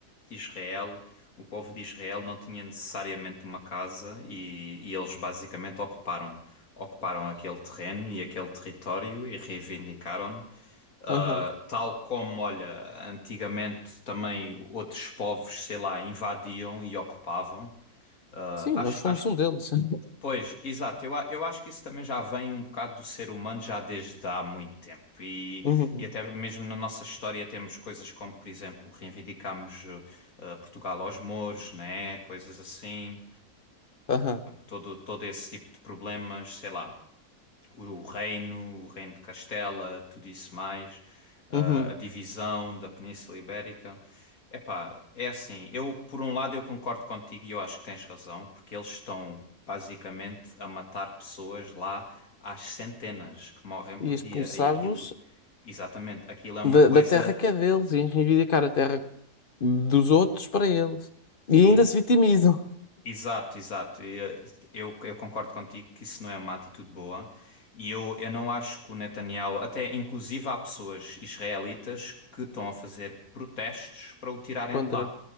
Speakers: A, on the left (about 65°); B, on the left (about 40°).
A: Israel, o povo de Israel não tinha necessariamente uma casa e, e eles basicamente ocuparam, ocuparam aquele terreno e aquele território e reivindicaram, ah,
B: Aham.
A: tal como, olha, antigamente também outros povos, sei lá, invadiam e ocupavam. Ah,
B: Sim, nós
A: acho,
B: fomos
A: acho
B: um deles. <laughs>
A: Pois, exato. Eu, a- eu acho que isso também já vem um bocado do ser humano já desde há muito tempo. E,
B: Uhum.
A: e até mesmo na nossa história temos coisas como, por exemplo, reivindicamos eh, eh, Portugal aos mouros, né? Coisas assim.
B: Aham.
A: Todo, todo esse tipo de problemas, sei lá o o reino, o reino de Castela, tudo isso mais, ah,
B: Uhum.
A: a divisão da Península Ibérica. Epá, é assim, eu por um lado eu concordo contigo e eu acho que tens razão, porque eles estão basicamente a matar pessoas lá às centenas que morrem por
B: E
A: dia
B: expulsá-los
A: e aquilo, exatamente, aquilo é uma
B: da,
A: coisa,
B: da terra que é deles e reivindicar a terra dos outros para eles.
A: sim.
B: E ainda se vitimizam
A: Exato, exato. Eu, eu, eu concordo contigo que isso não é uma atitude boa. E eu, eu não acho que o Netanyahu, até inclusive há pessoas israelitas que estão a fazer protestos para o tirarem
B: <laughs> contra.
A: de lá